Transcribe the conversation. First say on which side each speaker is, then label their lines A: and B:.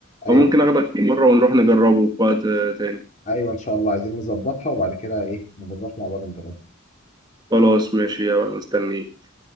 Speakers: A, on the left; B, on the right.
A: أيوه
B: فممكن آخدك مرة ونروح نجربه في وقت آه، تاني
A: أيوه إن شاء الله عايزين نظبطها وبعد كده إيه نبقى نروح مع بعض نجربها
B: خلاص ماشي أنا مستنيك